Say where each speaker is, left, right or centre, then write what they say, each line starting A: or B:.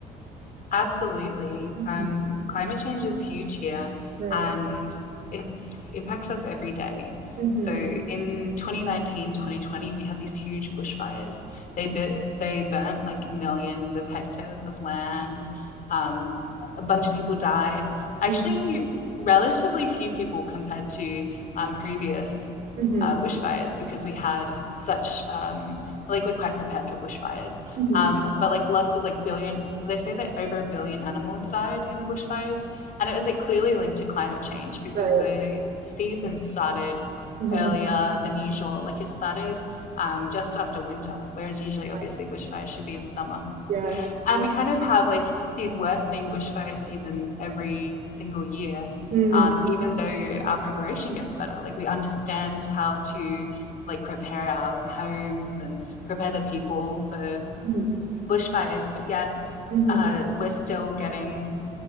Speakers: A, on the left (about 55°); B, on the right (about 50°).
A: Absolutely.
B: hmm
A: Um, climate change is huge here
B: Right.
A: and it's impacts us every day.
B: Mm-hmm.
A: So in 2019 2020, we had these huge bushfires. They bit, they burnt like millions of hectares of land. Um, a bunch of people died. Actually,
B: mm,
A: relatively few people compared to um, previous
B: Mm-hmm.
A: uh, bushfires because we had such um, like we're quite prepared for bushfires.
B: Mm-hmm.
A: Um, but like lots of like billion, they say that over a billion animals died in the bushfires, and it was like clearly linked to climate change because
B: Right.
A: the season started
B: Mm-hmm.
A: earlier than usual. Like it started um, just after winter, whereas usually, obviously,
B: Right.
A: bushfires should be in summer.
B: Yes.
A: And
B: Yes.
A: we kind of have like these worsening bushfire seasons every single year,
B: Mm-hmm.
A: um, even though our preparation gets better. Like we understand how to like prepare our homes and prepare the people for
B: Mm-hmm.
A: bushfires, but yet
B: Mm-hmm.
A: uh, we're still getting